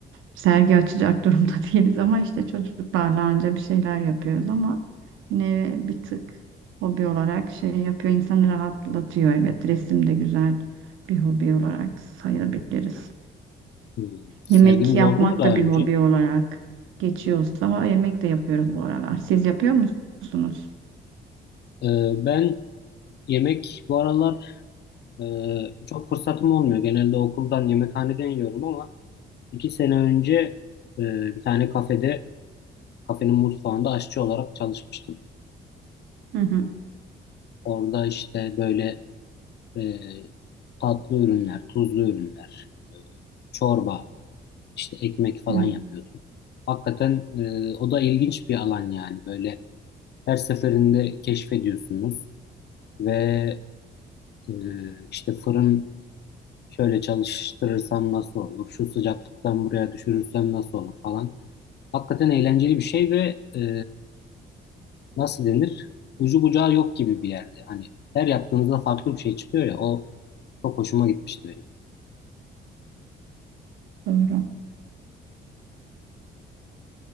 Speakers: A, on the right; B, on the left.
A: sergi açacak durumda <laughs> değiliz ama işte çocuklarla anca bir şeyler yapıyoruz ama yine bir tık hobi olarak şey yapıyor insanı rahatlatıyor evet resim de güzel bir hobi olarak sayabiliriz.
B: Hı. Serginiz
A: Yemek yapmak
B: oldu mu daha
A: da bir
B: önce?
A: hobi olarak geçiyorsa ha, yemek de yapıyoruz bu aralar. Siz yapıyor musunuz?
B: Ee, ben yemek bu aralar e, çok fırsatım olmuyor. Genelde okuldan, yemekhaneden yiyorum ama iki sene önce e, bir tane kafede, kafenin mutfağında aşçı olarak çalışmıştım.
A: Hı hı.
B: Orada işte böyle e, tatlı ürünler, tuzlu ürünler, e, çorba, işte ekmek falan
A: Evet,
B: yapıyordum. Hakikaten e, o da ilginç bir alan yani böyle her seferinde keşfediyorsunuz ve e, işte fırın şöyle çalıştırırsam nasıl olur, şu sıcaklıktan buraya düşürürsem nasıl olur falan. Hakikaten eğlenceli bir şey ve e, nasıl denir? Ucu bucağı yok gibi bir yerde. Hani her yaptığınızda farklı bir şey çıkıyor ya o çok hoşuma gitmişti benim.
A: doğru.